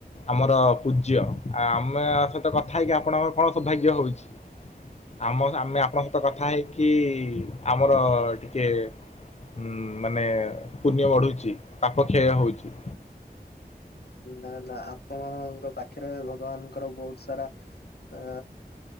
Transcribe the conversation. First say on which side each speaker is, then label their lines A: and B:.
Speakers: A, on the left; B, on the left.
A: ଆମର ପୂଜ୍ୟ। ଆ ଆମ ସହିତ କଥା ହେଇକି ଆପଣଙ୍କର କଣ ସୌଭାଗ୍ୟ ହଉଚି? ଆମ ଆମେ ଆପଣଙ୍କ ସହିତ କଥା କଥା ହେଇକି ଆମର ଟିକେ ଉ ମାନେ ପୁଣ୍ୟ ବଢୁଚି ପାପ କ୍ଷୟ ହଉଚି।
B: ନା ନା ଆପଣଙ୍କ ପାଖରେ ଭଗବାନଙ୍କର ବହୁତ ସାରା ଆ